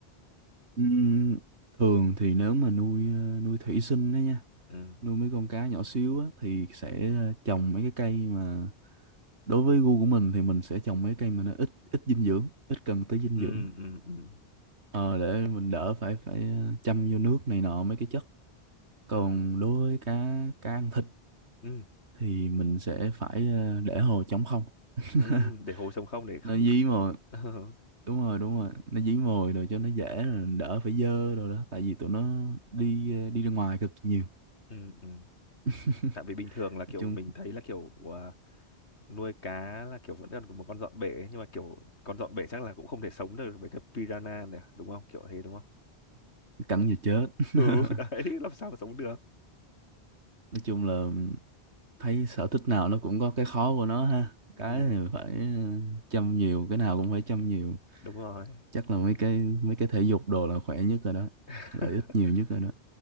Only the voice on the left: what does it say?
ừ
ừ
ừ ừ
ừ
ừ
ừ để hồ trống không để không
<laughs>
ừ ừ
tại vì bình thường là kiểu
mình thấy là kiểu à, nuôi cá là kiểu vẫn còn một con dọn bể ấy, nhưng mà kiểu con dọn bể chắc là cũng không thể sống được với cái piranha này đúng không kiểu thế đúng không
ừ
<laughs> đấy làm sao mà sống được
ừ
đúng rồi
<laughs>